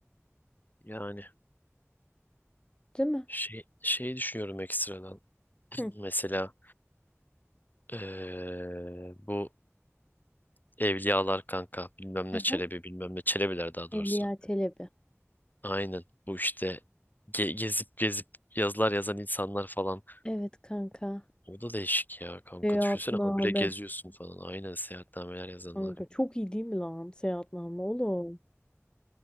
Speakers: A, on the left; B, on the left.
A: yani
B: Değil mi?
A: şey şey düşünüyorum ekstradan.
B: Hı.
A: Mesela eee, bu Evliyalar kanka bilmem
B: Hı.
A: ne Çelebi bilmem ne Çelebiler daha
B: Evliya
A: doğrusu.
B: Çelebi.
A: Aynen bu işte ge- gezip gezip yazılar yazan insanlar falan.
B: Evet kanka.
A: O da değişik ya kanka
B: Seyahatname.
A: düşünsene habire geziyorsun falan. Aynen seyahatnameler yazanlar.
B: Kanka çok iyi değil mi lan seyahatname oğlum?